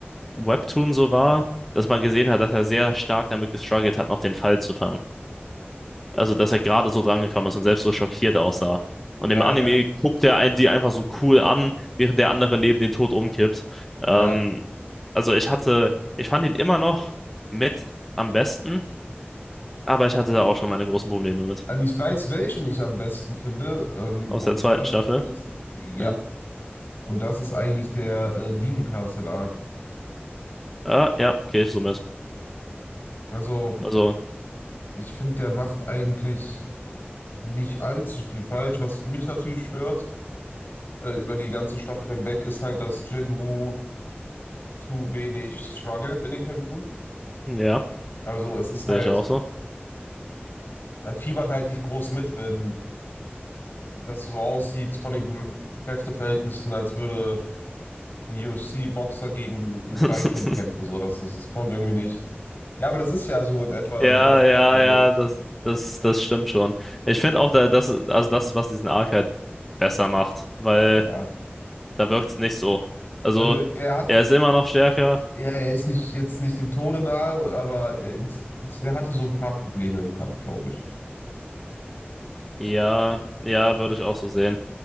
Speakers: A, in the centre; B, on the left.
A: Webtoon so war, dass man gesehen hat, dass er sehr stark damit gestruggelt hat, noch den Fall zu fangen. Also, dass er gerade so drangekommen ist und selbst so schockiert aussah. Und
B: Ja,
A: im Anime
B: der,
A: guckt er ein- die einfach so cool an, während der andere neben den Tod umkippt.
B: ja,
A: Ähm, also, ich
B: ja.
A: hatte, ich fand ihn immer noch mit am besten, aber ich hatte da auch schon meine großen Probleme mit.
B: Also ich weiß, welchen ich am besten finde. Ähm,
A: Aus
B: und
A: der zweiten
B: das
A: Staffel.
B: ist, ja,
A: Ja.
B: und das ist eigentlich der äh, Demon Castle Arc.
A: Ah, ja, gehe ich so mit.
B: Also
A: Also,
B: ich finde, der macht eigentlich nicht allzu viel falsch. Was mich natürlich stört, äh, über die ganze Staffel hinweg, ist halt, dass Jinwoo zu wenig struggelt in den Kämpfen.
A: ja,
B: Also es ist halt,
A: sehe ich auch so.
B: man fiebert halt nicht groß mit, wenn das so aussieht von den Kräfteverhältnissen, als würde UFC-Boxer gegen ein
A: <laughs>
B: Kleinkind kämpfen, so, das, das, das kommt irgendwie nicht. Ja, aber das ist ja so in etwa
A: Ja,
B: die ganze
A: ja,
B: Staffel so.
A: ja, das, das, das stimmt schon. Ich finde auch, da, das, also das ist, was diesen Arc halt besser macht, weil
B: Ja,
A: da wirkt es nicht so. Also,
B: also er hat,
A: er ist immer noch stärker.
B: ja, er ist nicht jetzt nicht dem Tode nahe, aber er, ist, ist- er hatte so ein paar Probleme im Kampf, glaube ich.
A: Ja, ja, würde ich auch so sehen.